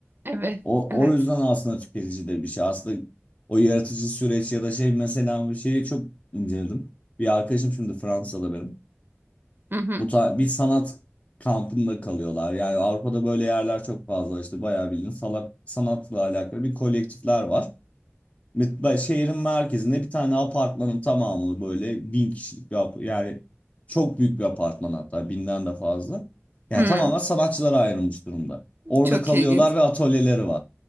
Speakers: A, on the right; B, on the left.
A: Evet,
B: o,
A: evet.
B: o yüzden aslında tüketici de bir şey. Aslında o yaratıcı süreç ya da şey mesela bir şeyi çok inceledim. Bir arkadaşım şimdi Fransa'da benim.
A: Hı hı.
B: Bu ta- bir sanat kampında kalıyorlar. Yani Avrupa'da böyle yerler çok fazla işte bayağı bildiğin salak, sanatla alakalı bir kolektifler var. Bir- ba- Şehrin merkezinde bir tane apartmanın tamamını böyle bin kişilik bir ap- yani çok büyük bir apartman hatta binden de fazla. Yani
A: Hı.
B: tamamen sanatçılara ayrılmış durumda. Orada
A: Çok
B: kalıyorlar
A: ilginç.
B: ve atölyeleri var.